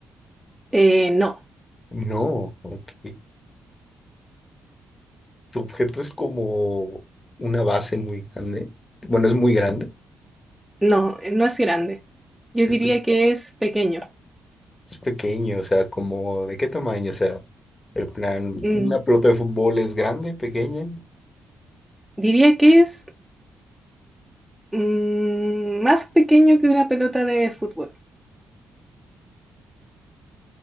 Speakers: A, in the centre; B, on the left (about 30°).
A: eh, no,
B: No, ok. Tu objeto es como una base muy grande. Bueno, es muy grande.
A: no, no es grande. Yo
B: Es,
A: diría
B: pe-
A: que es pequeño.
B: es pequeño, o sea, como ¿de qué tamaño? O sea, el plan,
A: Mm,
B: una pelota de fútbol es grande, pequeña.
A: diría que es mm, más pequeño que una pelota de fútbol.